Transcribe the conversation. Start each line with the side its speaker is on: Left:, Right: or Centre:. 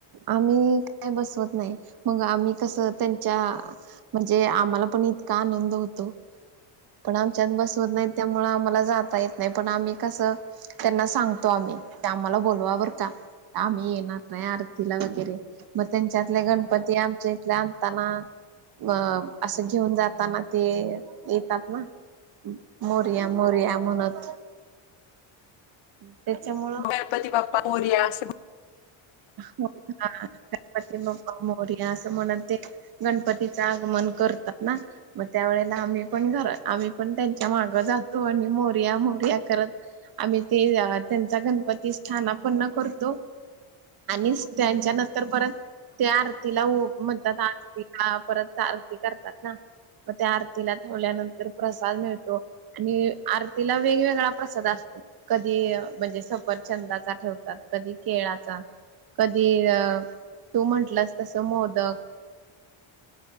Right: आम्ही काय बसवत नाही. मग आम्ही कस. त्यांच्या म्हणजे आम्हाला पण इतका आनंद होतो. पण आमच्यात बसवत नाही, त्यामुळे आम्हाला जाता येत नाही. पण आम्ही कसं त्यांना सांगतो. आम्ही. ते आम्हाला बोलवा बर का. ! आम्ही येणार आहे आरतीला वगैरे मग त्यांच्यातले गणपती आमच्या इथले आणताना - म असं घेऊन जाताना ते येतात ना - मोरया-मोरया म्हणत. त्याच्यामुळं
Left: गणपती बाप्पा मोरया अस म्हणत.
Right: हो हा. गणपती बाप्पा मोरया असं म्हणत. ते गणपतीच आगमन करतात. ना मग त्या वेळेला आम्ही पण घर आम्ही पण त्यांच्या मागं जातो आणि मोरया, मोरया करत आम्ही ते त्यांचा गणपती स्थानापन्न करतो. आणि त्यांच्या नंतर परत त्या आरतीला ओव आरतीला परत आरती करतात ना, मग त्या आरतीला ठेवल्यानंतर प्रसाद मिळतो. आणि आरतीला वेगवेगळा प्रसाद असतो. कधी म्हणजे सफरचंदाचा ठेवतात, कधी केळाचा, कधी अ तू म्हंटललास तस मोदक. <inaudible>